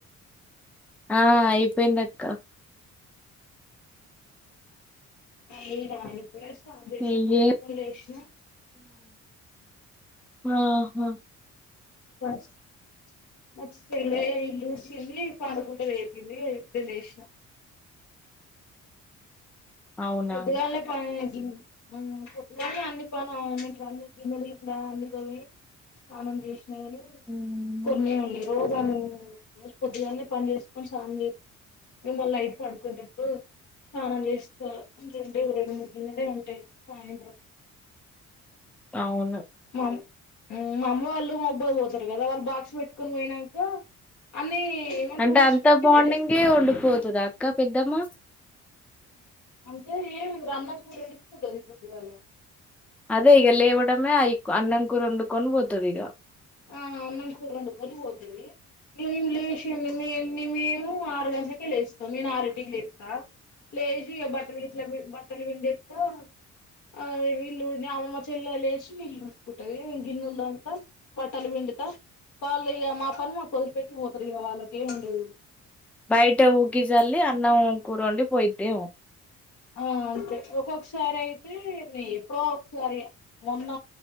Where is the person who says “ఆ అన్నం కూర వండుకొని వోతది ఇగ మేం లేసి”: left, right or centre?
Left